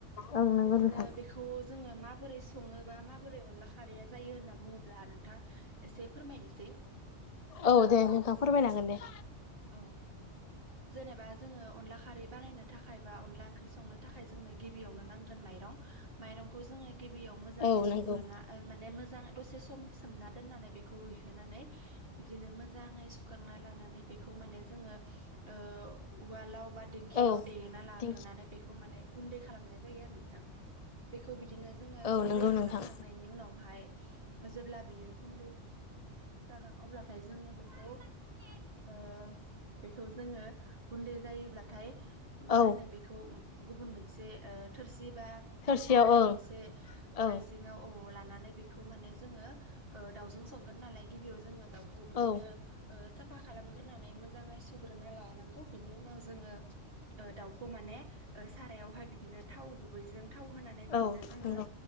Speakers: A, on the left; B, on the right.
A: औ नंगौ
B: बिदिनो
A: नोंथां
B: बे खौ जोङो माबोरै सङोबा माबोरै अनला खारैया जायो होनना बुङोब्ला नोंथाङा एसे फोरमायनोसै
A: औ दे नोंथां फोरमायनांगोन दे।
B: औ जेनेबा जोङो अनला खारै बानायनो थाखाय बा अनला ओंख्रि संनो थाखाय जोंनो गिबियावनो नांगोन माइरं। माइरंखौ जोङो गिबियाव मोजाङै
A: औ
B: सुग्रोना
A: नंगौ
B: ओ माने मोजाङै दसे सम सोमना दोननानै बेखौ रुइहोनानै बिदिनो मोजाङै सुखांना लानानै बेखौ माने जोङो ओ उवालाव बा दिेंखियाव
A: औ
B: देना लाग्रोनानै
A: दिंखि
B: बेखौ माने गुन्दै खालामनाय जायो आरो नोंथां बेखौ बिदिनो जोङो
A: औ
B: गुन्दै
A: नंगौ
B: खालामखांनायनि
A: नोंथां
B: उनावहाय जेब्ला बियो गुन्दै जागोन अब्लाथाय जोङो बेखौ ओ बेखौ जोङो गुन्दै जायोब्लाथाय मा
A: औ
B: होनो बेखौ गुबुन मोनसे थोरसि बा
A: थोरसियाव
B: जायखिजाया
A: ओं
B: मोनसे
A: औ
B: आइजेङाव औ लानानै बे खौ माने जोङो ओ दाउजों संगोन नालाय गिबियाव जोङो दाउखौ बिदिनो
A: औ
B: ओ साफा खालामग्रोनानै मोजाङै सुग्रोना लानांगौ बिनि उनाव जोङो ओ दाउखौ माने ओ सारायावहाय बिदिनो थाव गुबैजों थाव होनानै बिदिनो
A: औ
B: जोङो
A: नंगौ